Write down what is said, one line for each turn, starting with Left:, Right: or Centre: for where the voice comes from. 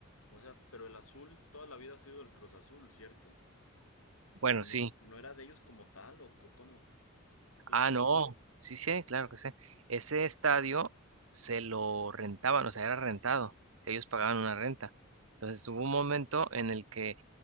Left: O sea, pero el azul toda la vida ha sido el Cruz Azul, ¿cierto?
Right: Bueno,
Left: ¿O no,
Right: sí,
Left: no era de ellos como tal o co- cómo? ¿Tú
Right: Ah,
Left: sabes?
Right: no, sí, sí, claro que sí. Ese estadio se lo rentaban, o sea, era rentado. Ellos pagaban una renta. Entonces hubo un momento en el que